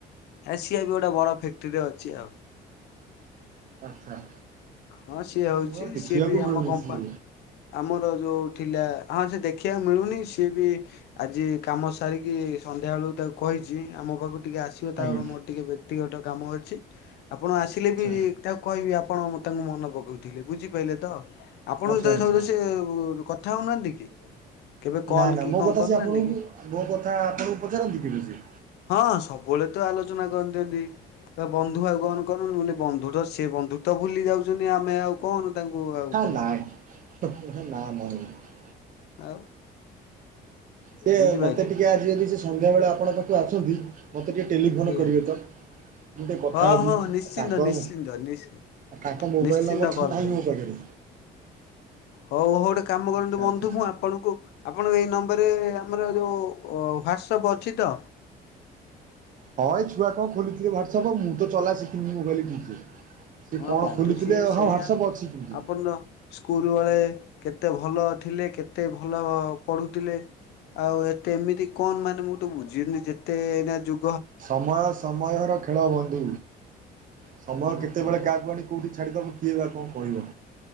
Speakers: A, on the left; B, on the right.
A: ସିଏ ଏବେ ଗୋଟେ ବଡ ଫ୍ୟାକ୍ଟ୍ରିରେ ଅଛି ଆଉ।
B: ଆଚ୍ଛା।
A: ହଁ ସିଏ ହଉଛି
B: ମୁଁ ଆଉ ଦେଖିବାକୁ
A: ସିଏ ବି
B: ମିଳୁନି
A: ଆମ କମ୍ପା
B: ସିଏ
A: ଆମର ଯେଉଁ ଥିଲା ହଁ ସେ ଦେଖିବାକୁ ମିଳୁନି ସିଏ ବି ଆଜି କାମ ସାରିକି ସନ୍ଧ୍ୟା ବେଳକୁ ତାକୁ କହିଚି ଆ ମୋ ପାଖକୁ ଟିକେ ଆସ ତାର
B: ଆଜ୍ଞା
A: ମୋର ଟିକେ ବ୍ୟକ୍ତିଗତ କାମ ଅଛି। ଆପଣ ଆସିଲେ
B: ଆଚ୍ଛା
A: ବି ତାକୁ କହିବି ଆପଣ ତାଙ୍କୁ ମନ ପକଉଥିଲେ ବୁଝିପାରିଲେ ତ। ଆପଣ
B: ଆଚ୍ଛା
A: ଙ୍କୁ। <unintelligible>
B: ଆଚ୍ଛା
A: କଥା ହଉନାହାଁନ୍ତି କି? କେବେ କଲ୍
B: ନା ନା
A: କି
B: ମୋ
A: କଣ
B: କଥା
A: କରୁନାହାନ୍ତି
B: ସିଏ ଆପଣଙ୍କୁ
A: କି?
B: ମୋ କଥା ଆପଣଙ୍କୁ ପଚାରନ୍ତି କେବେ ସେ?
A: ହଁ ସବୁବେଳେ ତ ଆଲୋଚନା କରନ୍ତି ଏଠି। ଏ ବନ୍ଧୁ ଆଉ କଣ <unintelligible> ମୁଁ କହିଲି ବନ୍ଧୁ ତ ସେ ବନ୍ଧୁତ୍ଵ ଭୁଲି ଯାଉଛନ୍ତି ଆମେ ଆଉ କଣ ତାଙ୍କୁ ଆଉ
B: ହଁ
A: କହିବୁ।
B: ନାଇଁ <unintelligible>
A: ଆଉ
B: ସେ
A: ବୁଝିପାରିଲେ
B: ମତେ ଟିକେ ଆଜି ଯଦି ସେ ସନ୍ଧ୍ୟା ବେଳେ ଆପଣଙ୍କ ପାଖକୁ ଆସନ୍ତି ମୋତେ ଟିକେ ଟେଲିଫୋନ୍
A: ଏଇଆ।
B: କରିବେ ତ। ମୁଁ ଟିକେ କଥା
A: ହଁ
B: ହେବି।
A: ହଁ
B: ଆଉ
A: ନିଶ୍ଚିନ୍ତ
B: ତାଙ୍କ
A: ନିଶ୍ଚିନ୍ତ ନିଶ୍ଚି
B: ତାଙ୍କ ମୋବାଇଲ
A: ନିଶ୍ଚିନ୍ତ
B: ନମ୍ୱର
A: କଲ୍
B: ତ ନାହିଁ
A: କରିବି।
B: ମୋ ପାଖେରେ।
A: ହଉ ଗୋଟେ କାମ କରନ୍ତୁ
B: ଆଚ୍ଛା
A: ବନ୍ଧୁ
B: ଆଚ୍ଛା
A: ମୁଁ ଆ ଆପଣଙ୍କୁ ଆପଣଙ୍କ ଏଇ ନମ୍ବରରେ ଆମର ଯୋଉ ହ୍ଵାଟସପ୍ ଅଛି ତ?
B: ହଁ ଏ ଛୁଆ କଣ ଖୋଲିଥିବେ ହ୍ୱାଟସପ୍। ମୁଁ ତ ଚଲା ଶିଖିନି ମୋବାଇଲ କିଛି। ସିଏ
A: ହଁ
B: କଣ
A: ବନ୍ଧୁ
B: ଖୋଲିଥିବେ
A: ସିଏ ବି
B: ହଁ
A: ସେଇଆ
B: ହ୍ୱାଟସପ୍ ଅଛି।
A: ଆପଣ ସ୍କୁଲ ବେଳେ କେତେ ଭଲ ଥିଲେ, କେତେ ଭଲ ପଢ଼ୁଥିଲେ। ଆଉ ଏତେ ଏମିତି କଣ ମାନେ ମୁଁ ତ ବୁଝିିନି ଯେତେ ଏଇନା ଯୋ
B: ସମୟ ସମୟର ଖେଳ ବନ୍ଧୁ। ସମୟ କେତେ
A: ଓହୋ
B: କେତେବେଳେ କାହାକୁ ଆଣି କୋଉଠି ଛାଡିଦବ କିଏ ବା କଣ କହିବ।